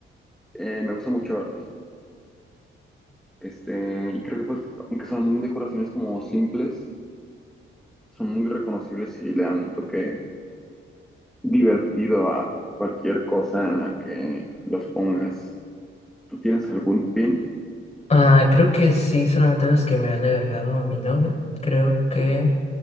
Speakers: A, in the centre; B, on the left (about 30°).
A: Eh, me gusta mucho verlos. Este, y creo que pues, aunque son decoraciones como simples, son muy reconocibles y le dan un toque divertido a cualquier cosa en la que los pongas. ¿Tú tienes algún pin?
B: Ah, creo que sí, solamente los que me ha regalado mi novia. Creo que